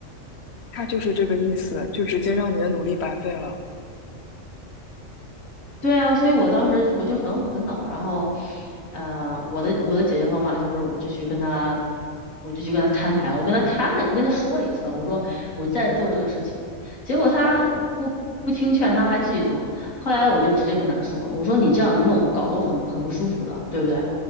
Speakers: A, on the left; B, on the left.
A: 他就是这个意思，就直接让你的努力白费了。
B: 对啊，所以我当时我就很很恼，然后，呃，我的我的解决方法就是，我就去跟他，我就去跟他摊牌了，我跟他摊了，我跟他说了一次，我说我在做这个事情，结果他不不听劝，他还继续做，后来我就直接跟他说了，我说你这样弄搞得我很很不舒服的，对不对？